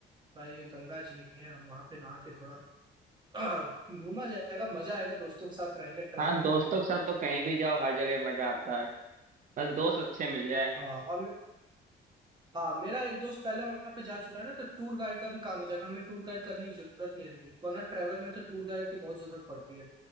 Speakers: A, on the right; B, on the right.
A: भाई ये गंगा जी हैं हम वहाँ पे नहा के थोड़ा <clears throat> घूमा जाएगा मजा आएगा दोस्तों के साथ रहेंगे ट्रेवल
B: हाँ
A: करेंगे
B: दोस्तों के साथ तो कहीं भी जाओ हर जगह मजा आता है बस दोस्त अच्छे मिल जाए
A: हाँ और मे- हाँ मेरा एक दोस्त पहले वहाँ पे जा चुका है ना तो टूर गाइड का भी काम हो जाएगा हमें टूर गाइड करने की जरूरत नहीं रहेगी वरना ट्रेवल में तो टूर गाइड की बहुत जरूरत पड़ती है